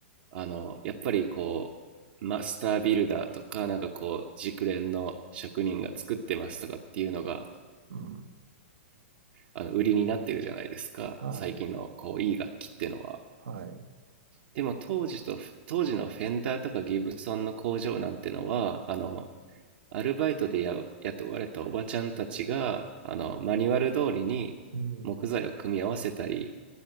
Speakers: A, on the right; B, on the right.
A: あの、やっぱりこう、マスタービルダーとか、なんかこう、熟練の職人が作ってますとかっていうのが、
B: うん。
A: あの、売りになってるじゃないですか。
B: はい。
A: 最近のこう、いい楽器ってのは。
B: はい。
A: でも当時と、当時のフェンダーとかギブソンの工場なんてのは、あの、アルバイトでや雇われたおばちゃんたちが、あの、マニュアル通りに木材を組み合わせたり、
B: うん。